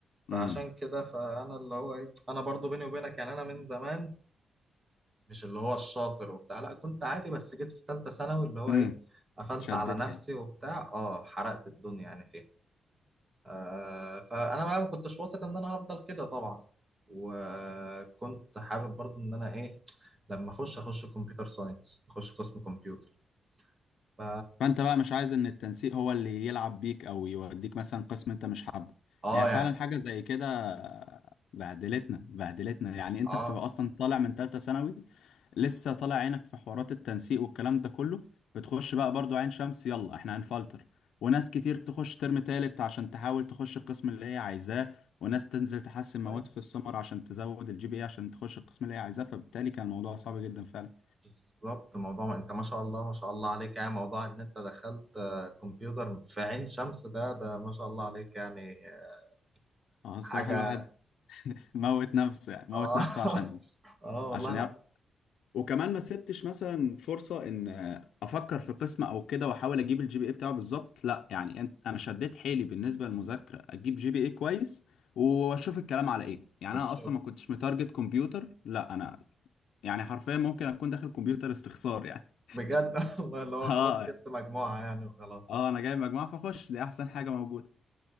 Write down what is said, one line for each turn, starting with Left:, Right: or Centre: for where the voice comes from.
Right: فعشان
Left: امم
Right: كده فانا اللي هو ايه انا برضو بيني وبينك يعني انا من زمان مش اللي هو الشاطر وبتاع لا كنت عادي بس جيت في ثالثه ثانوي اللي هو
Left: امم
Right: ايه قفلت
Left: شدت
Right: على نفسي
Left: حيل
Right: وبتاع اه حرقت الدنيا يعني فيها آه، فانا بقى ما كنتش واثق ان انا هفضل كده طبعا وكنت حابب برضو ان انا ايه لما اخش اخش كمبيوتر ساينس اخش قسم كمبيوتر ف
Left: فانت بقى مش عايز ان التنسيق هو اللي يلعب بيك او يوديك مثلا قسم انت مش حابه
Right: اه
Left: هي
Right: يعني
Left: فعلا حاجه زي كده بهدلتنا بهدلتنا يعني انت
Right: اه
Left: بتبقى اصلا طالع من ثالثه ثانوي لسه طالع عينك في حوارات التنسيق والكلام ده كله بتخش بقى برضو عين شمس يلا احنا هنفلتر وناس كتير تخش ترم تالت عشان تحاول تخش القسم اللي هي عايزاه وناس تنزل تحسن مواد
Right: طيب.
Left: في السمر عشان تزود الجي بي اي عشان تخش القسم اللي هي عايزاه فبالتالي كان الموضوع صعب جدا فعلا
Right: بالظبط موضوع ما انت ما شاء الله ما شاء الله عليك يعني موضوع ان انت دخلت آه، كمبيوتر في عين شمس ده ده ما شاء الله عليك يعني آه،
Left: اه الصراحه
Right: حاجة
Left: الواحد موت نفسه يعني موت
Right: اه
Left: نفسه
Right: <laughs>
Left: عشان
Right: اه والله
Left: عشان
Right: انا
Left: يعرف وكمان ما سبتش مثلا فرصة ان افكر في قسم او كده واحاول اجيب الجي بي اي بتاعه بالظبط لا يعني أنت- انا شديت حيلي بالنسبة للمذاكرة اجيب جي بي اي كويس واشوف الكلام على ايه يعني
Right: كنت
Left: انا اصلا ما كنتش متارجت كمبيوتر لا انا يعني حرفيا ممكن اكون داخل كمبيوتر استخسار يعني
Right: بجد <laughs> والله اللي هو
Left: <laughs> اه
Right: خلاص جبت مجموعة يعني وخلاص
Left: اه انا جايب مجموعة فاخش دي احسن حاجة موجودة